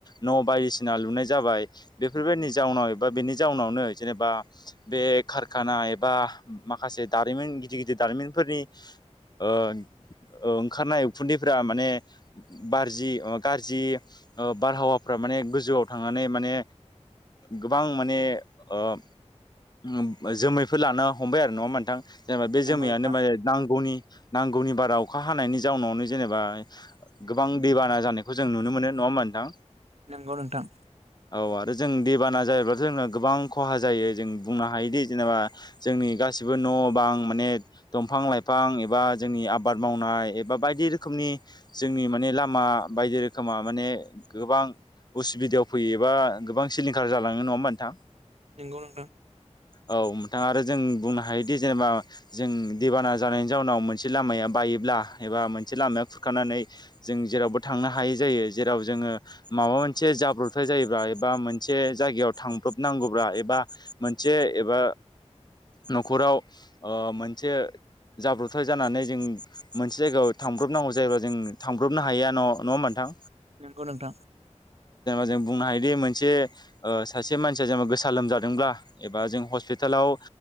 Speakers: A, on the left; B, on the right.
A: न' बायदिसिना लुनाय जाबाय बेफोरबायदिनि जाउनाव एबा बेनि जाउनावनो जेनेबा बे खारखाना एबा माखासे दारिमिन गिदिर गिदिर दारिमिनफोरनि ओ ओंखारनाय उखुन्दैफ्रा माने बारजि ओ गारजि ओ बारहावाफ्रा माने गोजौआव थांगोना नै माने गोबां माने ओ उम जोमैफोर लानो हमबाय आरो नङा होमबा नोंथां? जेनेबा बे
B: नंगौ
A: जोमैयानो
B: नोंथां
A: माने नांगौनि नांगौनि बारा अखा हानायनि जाउनावनो जेनेबा गोबां दैबाना जानायखौ जों नुनो मोनो। नङा होमबा नोंथां?
B: नंगौ नोंथां
A: औ आरो जों दैबाना जाहोब्ला जोंना गोबां खहा जायो जों बुंनो हायोदि जेनेबा जोंनि गासिबो न' बां माने दंफां-लाइफां एबा जोंनि आबाद मावनाय एबा बायदि रो खोमनि जोंनि माने लामा बायदि रोखोमा माने गोबां उसुबिदायाव फैयो एबा गोबां सिलिंखार जालाङो नङा होमबा नोंथां?
B: नंगौ नोंथां
A: औ नोंथाङा आरो जों बुंनो हायोदि जेनेबा जों दैबाना जानायनि जाउनाव मोनसे लामाया बायोब्ला एबा मोन से लामाया खुरखानानै जों जेरावबो थांनो हायै जायो जेराव जोङो माबा मोनसे जाब्रबथाय जायो एबा मोनसे जायायाव थांब्रबनांगौबा एबा मोनसे एबा न'खराव ओ मोनसे जाब्रबथाय जानानै जों मोनसे जायगायाव थांब्रबनांगौ जायोब्लाा जों थांब्रबनो हाया न' न'आ ओमबा मोनथां
B: नंगौ नोंथां।
A: जों बुंनो हायोदि मोनसे सासे मानसिया जेनेबा गोसा लोमजादोंब्ला एबा जों हस्पिटालाव